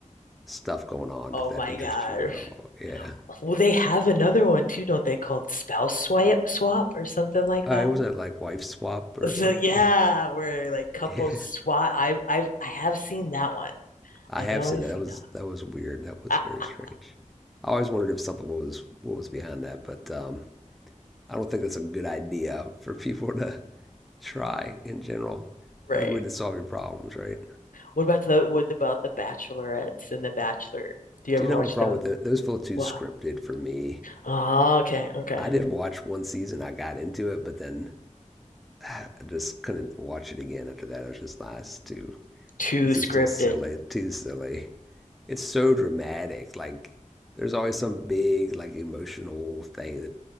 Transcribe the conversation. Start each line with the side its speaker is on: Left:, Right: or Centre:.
Centre: stuff going on
Left: Oh
Centre: if that
Left: my
Centre: interests
Left: God.
Centre: you at all. Yeah.
Left: Well, they have another one too, don't they, called spouse swipe swap or something like
Centre: I
Left: that.
Centre: wasn't it like wife swap or
Left: So
Centre: something.
Left: yeah,
Centre: <laughs>
Left: where like couples
Centre: Yeah.
Left: swap. I've I've I have seen that one.
Centre: I
Left: I
Centre: have
Left: know
Centre: seen
Left: I've
Centre: that.
Left: seen
Centre: That was
Left: that
Centre: that was weird. That was
Left: one.
Centre: very
Left: <laughs>
Centre: strange. I always wondered if something was what was behind that, but um, I don't think that's a good idea for people to <laughs> try in general.
Left: Right.
Centre: Not a good way to solve your problems, right?
Left: What about the what about the Bachelorettes and the Bachelor? Do you
Centre: Do
Left: ever
Centre: you know
Left: watch
Centre: my problem
Left: those?
Centre: with the, those feel too
Left: Wow.
Centre: scripted for me?
Left: Oh, okay, okay.
Centre: I did watch one season. I got into it, but then <sighs> I just couldn't watch it again after that. I was just like, this is too
Left: Too
Centre: this
Left: scripted.
Centre: is too silly, too silly. it's so dramatic. Like there's always some big like emotional thing that